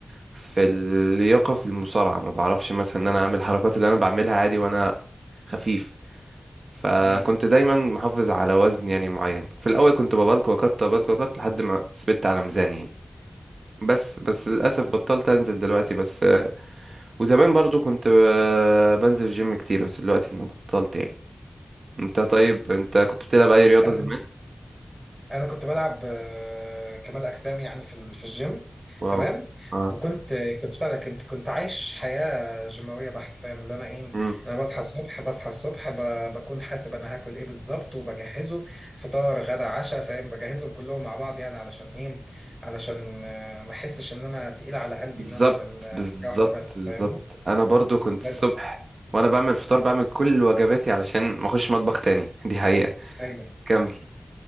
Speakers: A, on the right; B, on the right.
A: في اللياقه في المصارعه ما بعرفش مثلا ان انا اعمل الحركات اللي انا بعملها عادي وانا خفيف فكنت
B: امم
A: دايما محافظ على وزن يعني معين في الاول كنت ببلك وقت ببلك وقت لحد ما ثبت على ميزان يعني بس بس للاسف بطلت انزل دلوقتي بس وزمان برضو كنت آه، بنزل جيم كتير بس دلوقتي ما بطلت يعني انت طيب
B: اوكي
A: انت كنت بتلعب اي رياضة
B: انا
A: زمان
B: انا كنت بلعب آه، كمال اجسام يعني في ال- في الجيم
A: واو
B: تمام
A: اه
B: وكنت كنت بتاع ده كنت كنت عايش حياه جيماويه بحت فاهم اللي انا ايه
A: امم
B: انا بصحى الصبح بصحى الصبح ب- بكون حاسب انا هاكل ايه بالظبط وبجهزه فطار غدا عشاء فاهم بجهزهم كلهم مع بعض يعني علشان ايه علشان آه، ما احسش ان انا تقيل على قلبي
A: بالظبط
B: ان انا اعمل آه،
A: بالظبط
B: حاجه واحده بس
A: بالظبط
B: فاهمني
A: انا برضو كنت الصبح
B: بس
A: وانا بعمل فطار بعمل كل وجباتي علشان ما اخش مطبخ تاني <laughs> دي حقيقة
B: ايوه
A: كمل